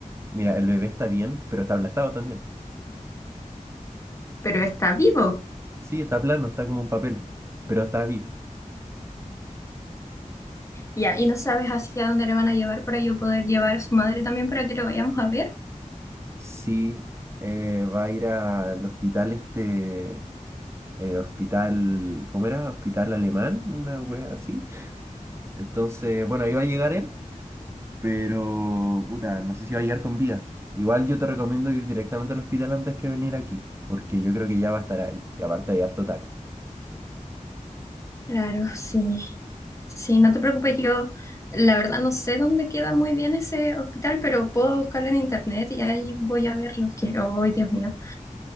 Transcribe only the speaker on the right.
Mira, el bebé está bien, pero está aplastado también.
Sí, está plano, está como un papel, pero está vivo.
Sí, eh, va a ir al hospital este, eh, hospital, ¿cómo era? Hospital alemán, una wea así. <laughs> Entonces, bueno, ahí va a llegar él. Pero, puta, no sé si va a llegar con vida. Igual yo te recomiendo ir directamente al hospital antes que venir aquí, porque yo creo que ya va a estar ahí. Y aparte hay harto taco.